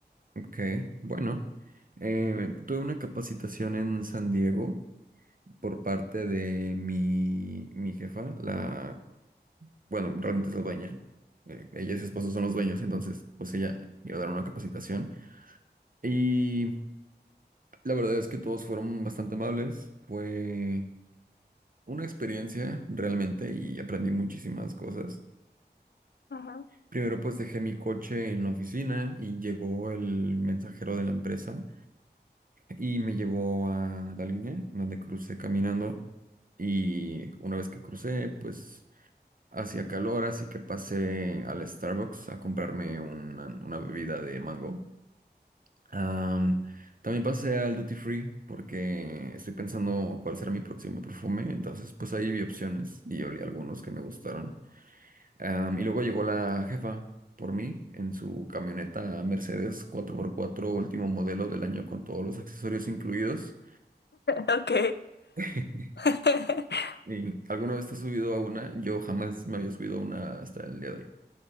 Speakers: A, on the right; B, on the left.
A: Ok, bueno. eh, tuve una capacitación en San Diego por parte de mi, mi jefa, la, bueno, realmente es la dueña. eh, ella y su esposo son los dueños, entonces pues ella me iba a dar una capacitación. Y la verdad es que todos fueron bastante amables. Fue una experiencia realmente y aprendí muchísimas cosas.
B: Ajá.
A: Primero pues dejé mi coche en la oficina y llegó el mensajero de la empresa y me llevó a la línea donde crucé caminando y una vez que crucé pues hacía calor así que pasé al Starbucks a comprarme una, una bebida de mango. Am, también pasé al Duty Free porque estoy pensando cuál será mi próximo perfume, entonces pues ahí vi opciones y olí algunos que me gustaron. Am, y luego llegó la jefa por mí en su camioneta Mercedes cuatro por cuatro último modelo del año con todos los accesorios incluidos.
B: Ok.
A: <laughs>
B: <laughs>
A: ¿Y alguna vez te has subido a una? Yo jamás me había subido a una hasta el día de hoy.